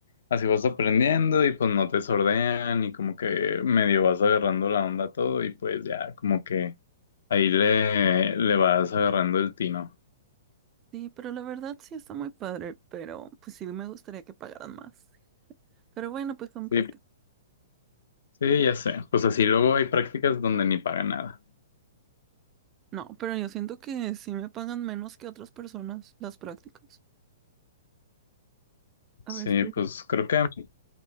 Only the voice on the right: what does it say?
Sí, pero la verdad sí está muy padre, pero pues sí me gustaría que pagaran más. Pero bueno, pues son prácticas.
No, pero yo siento que sí me pagan menos que otras personas las prácticas. A
ver si.